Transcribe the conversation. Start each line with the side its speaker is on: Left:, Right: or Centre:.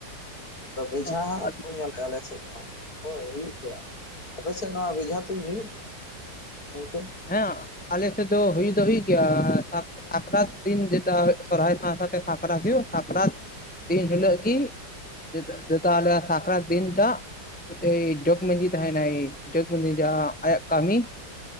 Left: ᱟᱫᱚ ᱵᱮᱡᱷᱟ
Centre: ᱦᱮᱸ
Left: ᱛᱩᱧ ᱟᱞᱮ, ᱟᱞᱮ ᱥᱮᱫ ᱫᱚ ᱦᱟᱜ᱾ ᱦᱳᱭ ᱦᱩᱭᱩᱜ ᱜᱮᱭᱟ, ᱟᱯᱮ ᱥᱮᱫ ᱱᱚᱣᱟ ᱵᱮᱡᱷᱟ ᱛᱩᱧ ᱦᱩᱭᱩᱜ ᱜᱮᱭᱟ ᱜᱚᱢᱝᱠᱮ?
Centre: ᱦᱮᱸ, ᱟᱞᱮ ᱥᱮᱫ ᱫᱚ ᱦᱩᱭ ᱫᱚ ᱦᱩᱭ ᱜᱮᱭᱟ ᱥᱟᱵ ᱥᱟᱠᱨᱟᱛ ᱫᱤᱱ ᱡᱮᱴᱟ ᱥᱚᱨᱦᱟᱭ ᱥᱟᱣ ᱥᱟᱣ ᱛᱮ ᱥᱟᱠᱨᱟᱛ ᱦᱩᱭᱩ ᱥᱟᱠᱨᱟᱛ ᱫᱤᱱ ᱦᱤᱞᱳᱜ ᱠᱤ <unintelligible> ᱟᱞᱮᱭᱟᱜ ᱥᱟᱠᱨᱟᱛ ᱫᱤᱱᱴᱟ ᱢᱤᱫᱴᱮᱡ ᱡᱚᱜᱽ ᱢᱟᱹᱡᱷᱤ ᱛᱦᱮᱱᱟᱭ ᱱᱟᱭ ᱡᱚᱜᱽ ᱢᱟᱹᱡᱷᱤ ᱡᱟᱦᱟ ᱟᱭᱟᱜ ᱠᱟᱹᱢᱤ,